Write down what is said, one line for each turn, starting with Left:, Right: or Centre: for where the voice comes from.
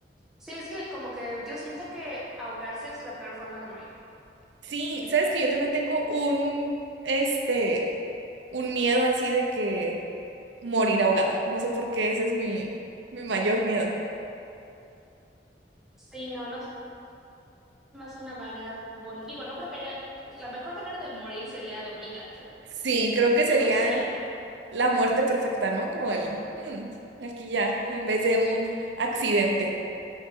Centre: Sí, es que como que yo siento que ahogarse es la peor forma de morir.
Right: Sí, sabes que yo también tengo un, este, un miedo así de que morir ahogada. No sé por qué, ese es mi, mi mayor miedo.
Centre: Sí, no, no es más una manera bonita. Digo, no creo que haya. La mejor manera de morir sería dormida, pero,
Right: Sí, creo que
Centre: pero
Right: sería
Centre: sí, no.
Right: la muerte perfecta, ¿no? Como el, "Mm, aquí ya, en vez de un accidente.